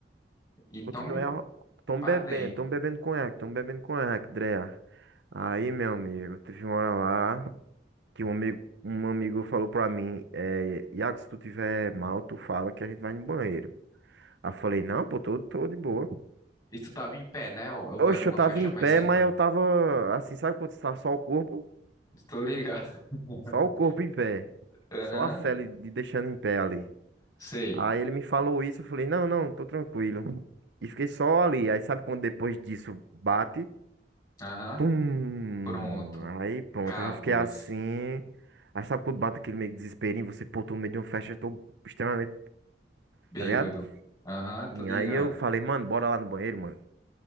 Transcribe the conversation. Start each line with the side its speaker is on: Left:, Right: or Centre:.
Left: E tome
Right: continuei arro... Tô
Left: pra
Right: bebendo,
Left: dentro.
Right: tô bebendo conhaque, tô bebendo conhaque, Drea. Aí, meu amigo, teve uma hora lá que um amigo, um amigo falou pra mim, é, Iago, se tu tiver mal, tu fala que a gente vai no banheiro. Aí eu falei, não, pô, tô, tô de boa.
Left: E tu tava em pé, né? Ou,
Right: Oxe,
Left: ou era uma
Right: eu tava
Left: festa
Right: em
Left: mais
Right: pé,
Left: sentada?
Right: mas eu tava assim, sabe quando tá só o corpo?
Left: Tô ligado. <laughs>
Right: Só o corpo em pé.
Left: Aham,
Right: Só a fé ali, de deixando em pé ali.
Left: sei.
Right: Aí ele me falou isso, eu falei, não, não, tô tranquilo. E fiquei só ali. Aí sabe quando depois disso bate?
Left: Aham.
Right: Tum!
Left: Pronto,
Right: Aí pronto,
Left: cabos,
Right: eu já fiquei assim. Aí sabe quando bate aquele meio que desesperinho, você, pô, tô no meio de uma festa, eu tô extremamente,
Left: bêbado.
Right: tá ligado?
Left: Aham, tô
Right: E
Left: ligado.
Right: aí eu falei, mano, bora lá no banheiro, mano.